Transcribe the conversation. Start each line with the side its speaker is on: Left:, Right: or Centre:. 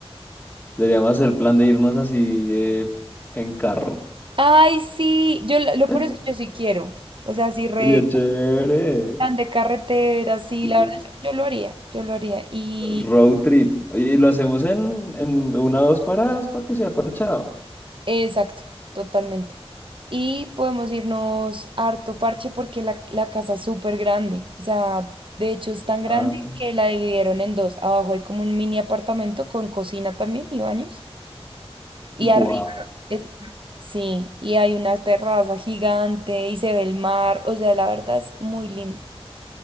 Left: Deberíamos hacer plan de irnos así eh, en carro.
Right: Ay, sí, yo lo, lo
Left: <laughs>
Right: peor es que yo sí quiero. O sea, sí, re
Left: Sería chévere.
Right: plan de carretera, sí,
Left: Sí.
Right: la verdad, yo, yo lo haría, yo lo haría. Y
Left: Road trip. Y lo hacemos en, en una o dos paradas para que sea parchado.
Right: exacto, totalmente. Y podemos irnos harto parche porque la, la casa es súper grande. O sea, de hecho es tan grande
Left: Ah,
Right: que la dividieron en dos. Abajo hay como un mini apartamento con cocina también y baños. Y
Left: guau,
Right: arriba, es- sí, y hay una terraza gigante y se ve el mar. O sea, la verdad es muy linda.